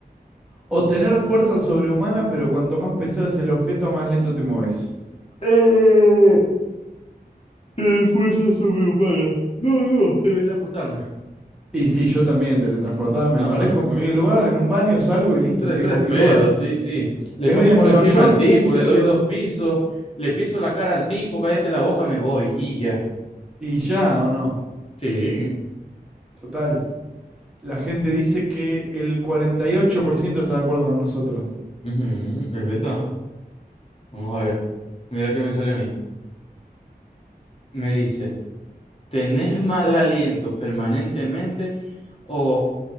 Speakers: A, in the centre; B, on the left.
A: o tener fuerza sobrehumana, pero cuanto más pesado es el objeto, más lento te moves.
B: Eh, tener fuerza sobrehumana. No, no, teletransportarme.
A: Y sí, yo también teletransportada, me
B: No,
A: aparezco
B: no.
A: en cualquier lugar, en un baño salgo y listo,
B: Tres,
A: estoy
B: tres
A: en cualquier
B: pedos,
A: lugar.
B: sí, sí. Le
A: Me
B: paso
A: voy a
B: por
A: Nueva
B: encima
A: York,
B: al tipo,
A: pum, salgo
B: le doy dos
A: de-
B: pisos, le piso la cara al tipo, cállate la boca, me voy y ya.
A: y ya, ¿o no?
B: Sí,
A: Total. La gente dice que el 48% está de acuerdo con nosotros.
B: ujú, es verdad. Vamos a ver. Mira lo que me salió a mí. Me dice, tener mal aliento permanentemente o